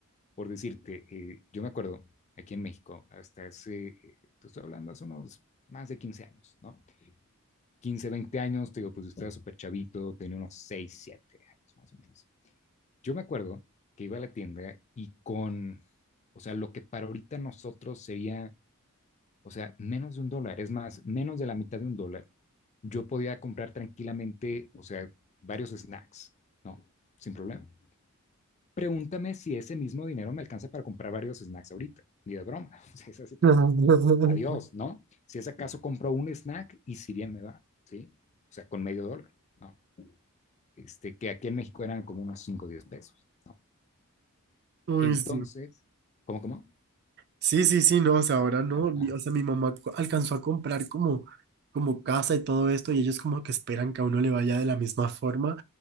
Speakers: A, on the left (about 30°); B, on the right (about 45°).
A: Por decirte, eh, yo me acuerdo aquí en México, hasta hace, eh, te estoy hablando hace unos más de 15 años, ¿no? quince 20 años, te digo, pues yo estaba súper chavito, tenía unos 6 7 años más o menos. Yo me acuerdo que iba a la tienda y con, o sea, lo que para ahorita nosotros sería, o sea, menos de un dólar, es más, menos de la mitad de un dólar, yo podía comprar tranquilamente, o sea, varios snacks, ¿no? Sin problema. Pregúntame si ese mismo dinero me alcanza para comprar varios snacks ahorita, ni de broma. <laughs> O sea, Es así como,
B: <laughs>
A: adiós, ¿no? Si es acaso compro un snack y si bien me va, ¿sí? O sea, con medio dólar, ¿no? Este, que aquí en México eran como unos 5, o 10 pesos, ¿no?
B: Uy,
A: Entonces,
B: sí.
A: ¿cómo, cómo?
B: Sí, sí, sí, no, o sea, ahora no,
A: Claro,
B: mi-
A: ajá,
B: o sea, mi mamá co- alcanzó a comprar como, como casa y todo esto y ellos como que esperan que a uno le vaya de la misma forma